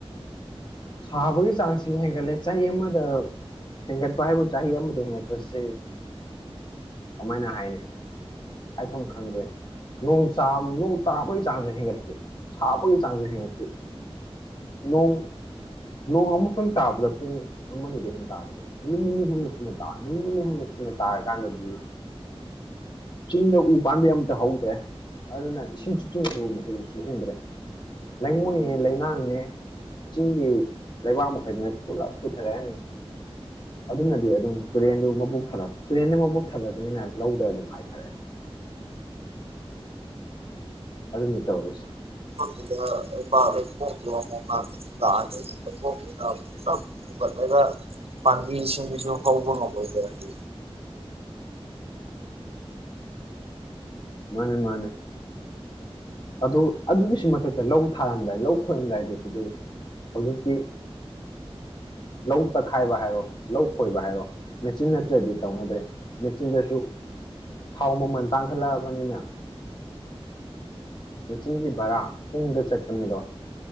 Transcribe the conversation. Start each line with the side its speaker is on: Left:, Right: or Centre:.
Left: ꯁꯥꯕꯒꯤ ꯆꯥꯡꯁꯤ ꯍꯦꯟꯒꯠꯂꯦ ꯆꯍꯤ ꯑꯃꯗ ꯍꯦꯟꯒꯠꯄ ꯍꯥꯢꯕꯨ ꯆꯍꯤ ꯑꯃꯗ ꯍꯦꯟꯒꯠꯄꯁꯤ ꯀꯃꯥꯢꯅ ꯍꯥꯢꯅꯤ ꯍꯥꯢꯐꯝ ꯈꯪꯗ꯭ꯔꯦ ꯅꯣꯡ ꯆꯥꯡ ꯅꯣꯡ ꯇꯥꯕꯒꯤ ꯆꯥꯡꯖꯨ ꯍꯦꯟꯒꯠꯄꯤ ꯁꯥꯕꯒꯤ ꯆꯥꯡꯁꯨ ꯍꯦꯟꯒꯠꯄꯤ ꯅꯣꯡ ꯅꯣꯡ ꯑꯃꯨꯛꯇꯪ ꯇꯥꯕꯗ ꯄꯨꯡ ꯑꯃ ꯅꯤꯗꯩ ꯍꯦꯟꯅ ꯇꯥꯗ꯭ꯔꯦ ꯅꯤꯅꯤ ꯍꯨꯝꯅꯤꯁꯨꯅ ꯇꯥꯗ꯭ꯔꯦ ꯅꯤꯅꯤ ꯍꯨꯝꯅꯤꯁꯨꯅ ꯇꯥꯔ ꯀꯥꯟꯗꯗꯤ ꯆꯤꯡꯗ ꯎ ꯄꯥꯟꯕꯤ ꯑꯃꯠꯇ ꯍꯧꯗ꯭ꯔꯦ ꯑꯗꯨꯅ ꯏꯁꯤꯡ ꯆꯨꯞꯁꯤꯟꯒꯗꯕ ꯃꯈꯩꯁꯨ ꯆꯨꯞꯁꯤꯟꯗ꯭ꯔꯦ ꯂꯩꯉꯣꯢꯅꯦ ꯂꯩꯅꯥꯡꯅꯦ ꯆꯤꯡꯒꯤ ꯂꯩꯕꯥꯛ ꯃꯈꯩꯗꯨꯅ ꯄꯨꯂꯞ ꯄꯨꯊꯔꯅꯤ ꯑꯗꯨꯅꯗꯤ ꯑꯗꯨꯝ ꯇꯨꯔꯦꯜꯗꯨ ꯃꯕꯨꯛ ꯊꯜꯂꯛ ꯃꯕꯨꯛ ꯊꯜꯂꯕꯅꯤꯅ ꯂꯧꯗ ꯑꯗꯨꯝ ꯍꯥꯢꯊꯔꯦ ꯑꯗꯨꯅꯤ ꯇꯧꯔꯤꯁꯦ
Right: ꯑꯗꯨꯒ ꯂꯩꯕꯥꯛ ꯂꯩꯈꯣꯝꯗꯣ ꯑꯃꯨꯛ ꯃꯥꯡꯍꯜꯂꯛꯑꯅꯤ ꯂꯩꯈꯣꯝꯗꯨꯅ ꯑꯃꯨꯛꯇ ꯐꯨꯟꯒꯠꯂꯒ ꯄꯥꯟꯕꯤ ꯁꯤꯡꯕꯤꯁꯨ ꯍꯧꯕ ꯉꯝꯂꯣꯢꯗꯣꯢꯅꯤ
Left: ꯃꯥꯅꯤ ꯃꯥꯅꯤ ꯑꯗꯨ ꯑꯗꯨꯒꯤꯁꯨ ꯃꯊꯛꯇ ꯂꯧ ꯊꯥꯔꯝꯗꯥꯢ ꯂꯧ ꯈꯣꯢꯔꯝꯗꯥꯢꯁꯨ ꯑꯗꯨ ꯍꯧꯖꯤꯛꯇꯤ ꯂꯧ ꯇꯈꯥꯢꯕ ꯍꯥꯏꯔꯣ ꯂꯧ ꯈꯣꯢꯕ ꯍꯥꯢꯔꯣ ꯃꯦꯆꯤꯟ ꯅꯠꯇ꯭ꯔꯗꯤ ꯇꯧꯅꯗ꯭ꯔꯦ ꯃꯦꯆꯤꯟꯗꯁꯨ ꯊꯥꯎ ꯃꯃꯟ ꯇꯥꯡꯈꯠꯂꯛꯑꯕꯅꯤꯅ ꯃꯦꯆꯤꯟꯒꯤ ꯕꯥꯔꯥ ꯄꯨꯡꯗ ꯆꯠꯄꯅꯤꯗꯣ